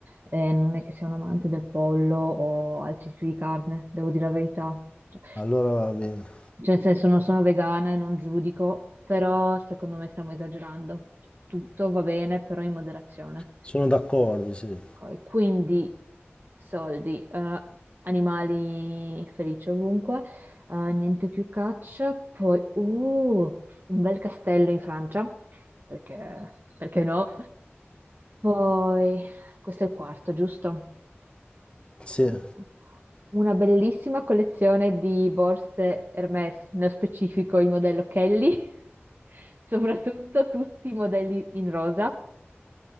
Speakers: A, on the right; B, on the left.
A: Eh, non è che sia un amante del pollo o altri tipi di carne, devo dire la verità. Cioè,
B: Allora va bene.
A: cioè, nel senso non sono vegana e non giudico, però secondo me stiamo esagerando. Cioè, tutto va bene, però in moderazione.
B: Sono d'accordo, sì.
A: Ok, Quindi soldi, eh, animali felici ovunque, eh, niente più caccia, poi uh, un bel castello in Francia, perché, perché no? Poi, questo è il quarto, giusto?
B: Sì,
A: Uh, Una bellissima collezione di borse Hermès, nello specifico il modello Kelly, <laughs> soprattutto tutti i modelli in rosa.